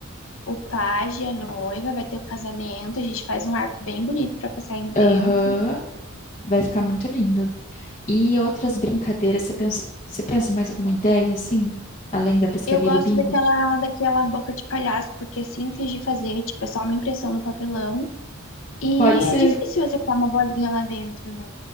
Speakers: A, on the left; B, on the left.
A: o pajem, a noiva, vai ter o casamento, a gente faz um arco bem bonito para passar aí dentro.
B: Aham, vai ficar muito lindo. E outras brincadeiras, você pensa, você pensa mais alguma ideia, assim? Além da pescaria
A: Eu gosto
B: e do bingo?
A: daquela, daquela boca de palhaço, porque é simples de fazer, tipo, é só uma impressão no papelão. E
B: Pode ser,
A: é difícil acertar uma bolinha lá dentro, né?